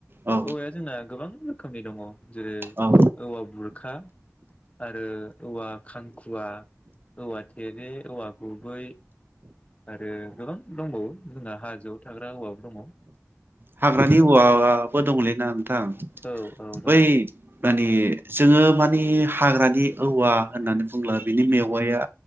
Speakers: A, on the right (about 40°); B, on the left (about 25°).
A: औ
B: औवाया जोंना गोबां रोखोमनि दङ जेरै
A: औ
B: औवा बुरखा ओ औवा खांखुवा औवा थेरे, औवा गुबै आरो गोबां दंबावो जोंहा हाजोआव थाग्रा हौवाबो दङ।
A: हाग्रानि औवाबो दंलैना नोंथां?
B: औ औ दङ
A: बै
B: औ
A: माने जोङो मा मानि हाग्रानि औवा होननानै बुङोब्ला बिनि मेवाइया